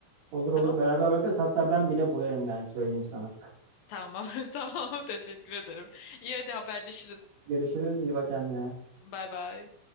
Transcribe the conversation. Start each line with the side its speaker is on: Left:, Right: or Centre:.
Right: Olur olur.
Left: Tamam?
Right: Beraber bakarız. Hatta ben bile boyarım yani söyleyeyim sana.
Left: Tamam. <laughs> Tamam. Teşekkür ederim. İyi hadi haberleşiriz.
Right: Görüşürüz. İyi bak kendine.
Left: Bay bay.